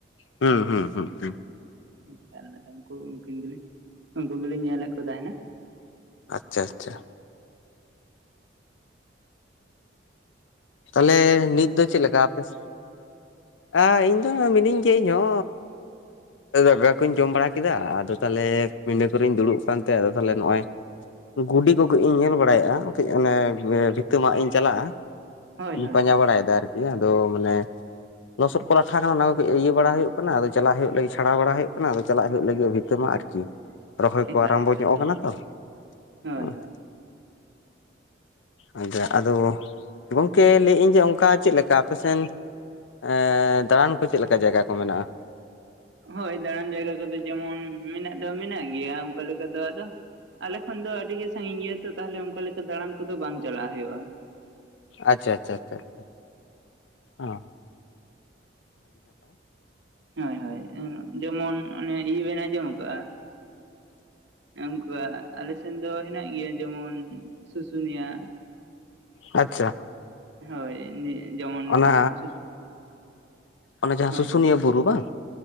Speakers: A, on the left; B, on the right.
A: ᱦᱩᱸ ᱦᱩᱸ ᱦᱩᱸ ᱦᱩᱸ ᱾
B: ᱮᱠᱟᱞ ᱟᱫᱚ ᱩᱱᱠᱩ ᱩᱱᱠᱤᱱ ᱜᱮᱞᱤᱧ ᱩᱱᱠᱩ ᱜᱮᱞᱤᱧ ᱧᱮᱞ ᱮᱫ ᱠᱚ ᱛᱟᱦᱮᱱᱟ ᱾
A: ᱟᱪᱪᱷᱟ ᱟᱪᱪᱷᱟ ᱾ ᱛᱟᱦᱚᱞᱮ ᱱᱤᱛ ᱫᱚ ᱪᱮᱫ ᱞᱮᱠᱟ ᱟᱯᱮ <inaudible> ᱦᱮᱸ ᱤᱧ ᱫᱚ ᱢᱤᱱᱟᱹᱧ ᱜᱮᱭᱟ ᱤᱧᱦᱚ ᱫᱟᱠᱟ ᱠᱚᱧ ᱡᱚᱢ ᱵᱟᱲᱟ ᱠᱮᱫᱟ ᱟᱫᱚ ᱛᱟᱦᱚᱞᱮ ᱯᱤᱸᱰᱟᱹ ᱠᱚᱨᱮᱧ ᱫᱩᱲᱩᱵ ᱠᱟᱱᱛᱮ ᱟᱫᱚ ᱛᱟᱦᱚᱞᱮ ᱱᱚᱜ-ᱚᱭ ᱜᱩᱰᱤ ᱠᱚ ᱠᱟᱹᱡ ᱤᱧ ᱧᱮᱞ ᱵᱟᱲᱟᱭᱮᱜ-ᱟ ᱠᱟᱹᱡ ᱚᱱᱮ ᱵᱷᱤᱛᱟᱹ ᱢᱟᱜ ᱤᱧ ᱪᱟᱞᱟᱜ-ᱟ ᱾
B: ᱦᱳᱭ ᱦᱳᱭ
A: ᱯᱟᱸᱡᱟ ᱵᱟᱲᱟᱭᱮᱫᱟ ᱟᱨᱠᱤ ᱟᱫᱚ ᱢᱟᱱᱮ ᱞᱥᱫᱚ ᱠᱚ ᱞᱟᱴᱷᱟ ᱠᱟᱱᱟ ᱚᱱᱟ ᱠᱚ ᱠᱟᱹᱡ ᱤᱭᱟᱹ ᱵᱟᱲᱟ ᱦᱩᱭᱩᱜ ᱠᱟᱱᱟ, ᱟᱫᱚ ᱪᱟᱞᱟᱜ ᱦᱩᱭᱩᱜ ᱞᱟᱹᱜᱤᱫ ᱪᱷᱟᱲᱟᱣ ᱵᱟᱲᱟ ᱦᱩᱭᱩᱜ ᱠᱟᱱᱟ ᱟᱫᱚ ᱪᱟᱞᱟᱜ ᱦᱩᱭᱩᱜ ᱞᱟᱹᱜᱤᱫ ᱵᱷᱤ ᱛᱟᱹ ᱢᱟᱜ ᱟᱨᱠᱤ ᱨᱚᱦᱚᱭ ᱠᱚ
B: ᱮᱠᱟᱞ
A: ᱟᱨᱟᱢᱵᱚ
B: ᱮᱠᱟᱞ
A: ᱧᱚᱜ
B: ᱦᱮᱸ
A: ᱠᱟᱱᱟ ᱛᱚ <inaudible>
B: ᱦᱳᱭ
A: ᱦᱮᱸ
B: ᱦᱳᱭ
A: ᱾ <inaudible> ᱟᱪᱪᱷᱟ ᱟᱫᱚ ᱜᱚᱝᱠᱮ ᱞᱟᱹᱭᱮᱫᱟᱹᱧ ᱡᱮ ᱚᱱᱠᱟ ᱪᱮᱫ ᱞᱮᱠᱟ ᱟᱯᱮᱥᱮᱱ ᱮ ᱫᱟᱬᱟᱱ ᱠᱚ ᱪᱮᱫ ᱞᱮᱠᱟ ᱡᱟᱭᱜᱟ ᱠᱚ ᱢᱮᱱᱟᱜ-ᱟ?
B: ᱦᱳᱭ ᱫᱟᱬᱟᱱ ᱡᱟᱭᱜᱟ ᱠᱚᱫᱚ ᱡᱮᱢᱚᱱ ᱢᱮᱱᱟᱜ ᱫᱚ ᱢᱮᱱᱟᱜ ᱜᱮᱭᱟ ᱚᱱᱠᱟ ᱞᱮᱠᱟ ᱫᱚ ᱟᱫᱚ ᱟᱞᱮ ᱠᱷᱚᱱ ᱫᱚ ᱟᱹᱰᱤ ᱜᱮ ᱥᱟᱸᱜᱤᱧ ᱜᱮᱭᱟ ᱛᱚ ᱛᱟᱦᱚᱞᱮ ᱚᱱᱠᱟ ᱞᱮᱠᱟ ᱫᱟᱬᱟᱱ ᱠᱚᱫᱚ ᱵᱟᱝ ᱪᱟᱞᱟᱜ ᱦᱩᱭᱩᱜ-ᱟ ᱾
A: ᱟᱪᱪᱷᱟ ᱟᱪᱪᱷᱟ ᱟᱪᱪᱷᱟ ᱾ <inaudible> ᱦᱚᱸ ᱾
B: ᱦᱳᱭ ᱦᱳᱭ ᱡᱮᱢᱚᱱ ᱚᱱᱮ ᱤᱭᱟᱹ ᱵᱮᱱ ᱟᱸᱡᱚᱢ ᱠᱟᱜ-ᱟ ᱚᱱᱠᱟ ᱟᱞᱮ ᱫᱚ ᱦᱮᱱᱟᱜ ᱜᱮᱭᱟ ᱡᱮᱢᱚᱱ ᱥᱩᱥᱩᱱᱤᱭᱟ ᱾
A: ᱟᱪᱪᱷᱟ ᱾
B: ᱦᱳᱭ <unintelligible> ᱡᱮᱢᱚᱱ
A: ᱚᱱᱟ
B: ᱥᱩᱥ <inaudible>
A: ᱚᱱᱟ ᱡᱟᱦᱟᱸ
B: ᱦᱳᱭ
A: ᱥᱩᱥᱩᱱᱤᱭᱟᱹ
B: ᱦᱳᱭ <inaudible>
A: ᱵᱩᱨᱩ ᱵᱟᱝ